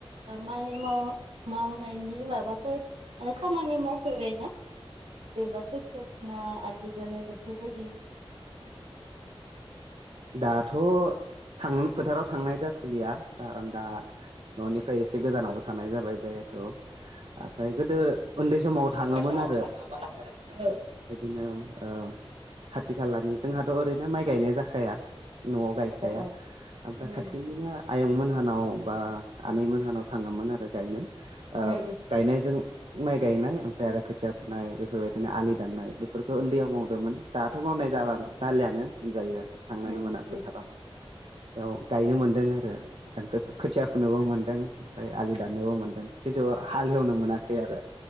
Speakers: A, on the right; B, on the right.
A: माइ मावनायनि माबाफोर खामानि मावफैबाय ना ज ब आलि जानाय गोसबायदि
B: दाथ' थांनो फोथाराव थांनाय जाथ'दिया खारन दा न'निफ्राय एसे गोजानावबो थानाय जाबाय जिहेथु ओमफ्राय गोदो उन्दै समाव थाङोमोन
A: समाव
B: आरो
A: सानदोंमोन आङो औ
B: बिओरैनो खाथि खालानि जोंहाथ' ओरैनो माइ गायनाय जाखाया न'आव गायखाया
A: औ औ
B: ओमफ्राय
A: उम
B: खाथिनिनो आयं मोनहानाव बा आनैमोनहानाव थाङोमोन आरो गायनो
A: उम
B: गायनायजों माइ गायनाय ओमफ्राय आरो खोथिया फुनाय बेफोरबायदिनो आलि दान्नाय बेफोरखौ उन्दैयाव मावदोंमोन दाथ' मावनाय जाबा जालियानो होनजायो थांनोनो
A: उम
B: मोना
A: उम
B: फोथाराव बेयाव गायनो मोनदों आरो ओमफ्राय खोथिया
A: उम
B: फुनोबो मोनदों ओमफ्राय आलि दाननोबो
A: उम
B: मोनदों खिन्थु हालेवनो मोनाखै आरो